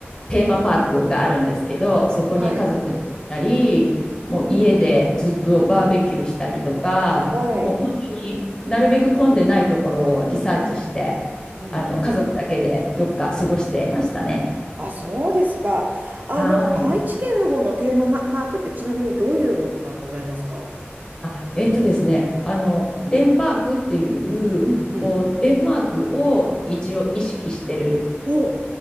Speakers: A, on the left; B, on the right.
A: テーマパークがあるんですけど、そこに家族で行ったり、
B: はい、
A: もう家でずっとバーベキューしたりとか、
B: はい、
A: もう本当になるべく混んでないところをリサーチして、
B: うん、うん。
A: あの家族だけでどっか過ごしてましたね。
B: あ、そうですか。あの、
A: はい。
B: 愛知県の方のテーマパークってちなみにどういうものがございますか
A: あ、えっとですね、あの、デンパークっていう、
B: うんうん。
A: こう、デンマークを一応意識してる
B: お、う